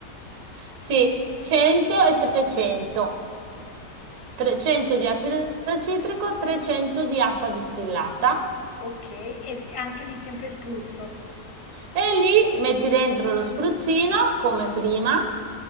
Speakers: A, on the right; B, on the left.
A: Sì, 100 e 300. 300 <coughs> di acido citrico, 300 di acqua distillata.
B: ok, e s- anche lì sempre spruzzo.
A: E lì metti dentro lo spruzzino come prima